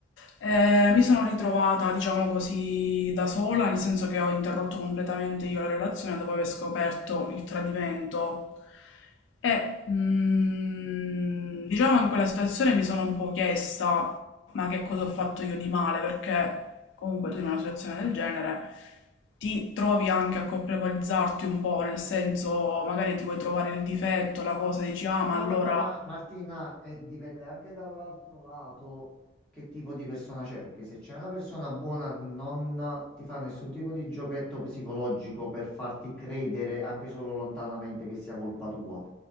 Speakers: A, on the left (about 80°); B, in the centre.
A: eh, mi sono ritrovata, diciamo così, da sola, nel senso che ho interrotto completamente io la relazione dopo aver scoperto il tradimento e mm, diciamo in quella situazione mi sono un po' chiesta ma che cosa ho fatto io di male? Perché comunque tu in una situazione del genere ti trovi anche a colpevolizzarti un po', nel senso magari ti vuoi trovare il difetto, la cosa, dici ah ma
B: No,
A: allora...
B: vabbè, ma Martina, eh, dipende anche dall'altro lato che tipo di persona c'è, perché se c'è una persona buona non ti fa nessun tipo di giochetto psicologico per farti credere anche solo lontanamente che sia colpa tua.